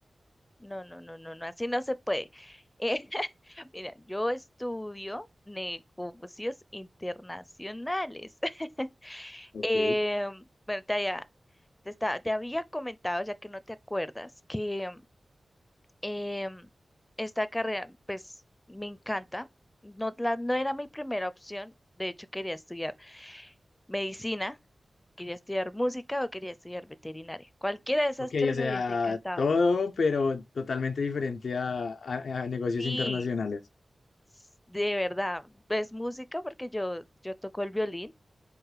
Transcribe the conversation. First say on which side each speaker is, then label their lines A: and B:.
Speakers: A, on the left; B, on the left.
A: no, no, no, no, no, así no se puede. Eh, <laughs> mira, yo estudio negocios internacionales. <laughs>
B: Ok.
A: Em, bueno, te había, te, esta- te había comentado, ya que no te acuerdas, que em, esta carrera, pues, me encanta. No, la, no era mi primera opción, de hecho quería estudiar medicina quería estudiar música o quería estudiar veterinaria. Cualquiera de esas
B: Ok,
A: tres
B: o sea,
A: me Sí. hubiese encantado.
B: todo, pero totalmente diferente a, a- a negocios
A: Sí,
B: internacionales.
A: s- de verdad, es música porque yo, yo toco el violín,